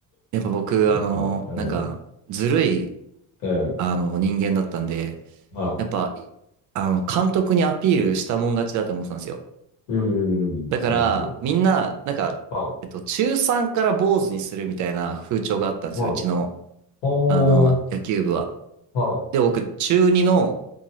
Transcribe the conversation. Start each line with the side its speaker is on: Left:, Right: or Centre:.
Right: やっぱ僕、
Left: やばい。
Right: あの、なんか、ずるい、
Left: ええ。ええ。
Right: あの、人間だったんで、
Left: は
Right: やっぱ、いあの、監督にアピールしたもん勝ちだって思ってたんですよ。
Left: い。うん、うん。うんなるほど。
Right: だから、みんな、なんか、
Left: は
Right: えっと、中3から坊主にするみたいな風潮があったんですよ、
Left: い。はい。
Right: うちの、
Left: ほー。
Right: あの、野球部は。
Left: は
Right: で、僕、中2の